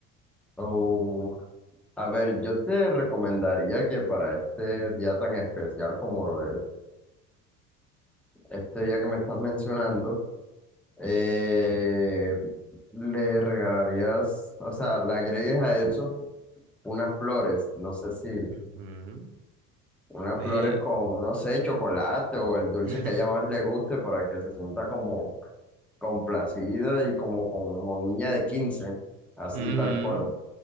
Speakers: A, in the centre; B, on the right.
A: Uh, a ver, yo te recomendaría que para este día tan especial como lo es, este día que me estás mencionando, eh, le regalarías, o sea, le agregues a eso unas flores. No sé si,
B: Ujú.
A: Unas
B: Ve,
A: flores con, no sé, chocolate o el dulce
B: <laughs>
A: que a ella más le guste para que se sienta como complacida y como, como niña de quince así
B: ujú.
A: tal cual.